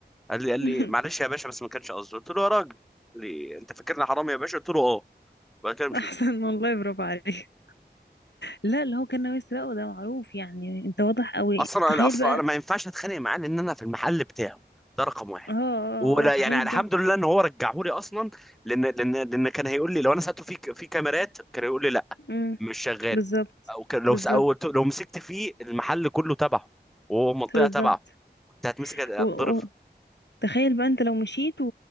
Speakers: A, in the centre; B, on the left (about 80°).
A: قال لي قال لي
B: <laughs>
A: معلش يا باشا بس ما كانش قصدي قلت له يا راجل قال لي انت فاكرني حرامي يا باشا قلت له اه وبعد كده مشي
B: احسن والله برافو عليك لا اللي هو كان ناوي يسرقه ده معروف يعني انت واضح قوي
A: اصلا
B: تخيل
A: انا اصلا
B: بقى
A: انا ما ينفعش اتخانق معاه لان انا في المحل بتاعه ده رقم واحد
B: اه اه
A: ولا
B: اه آه. تخيل
A: يعني الحمد
B: بقى
A: لله ان هو رجعهولي اصلا لان لان لان كان هيقول لي لو انا سالته في في كاميرات كان هيقول لي لا
B: امم
A: مش شغال
B: بالظبط
A: او كان لو
B: بالظبط
A: س- أو لو مسكت فيه المحل كله تبعه وهو منطقه
B: بالظبط
A: تبعه كنت هتمسك هتضرب
B: و... و... تخيل بقى انت لو مشيت و...